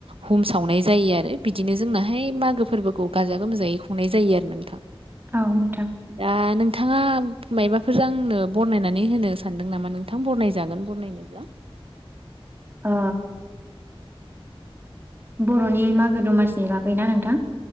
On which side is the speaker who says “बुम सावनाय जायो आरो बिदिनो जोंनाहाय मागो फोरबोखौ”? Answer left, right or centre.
Right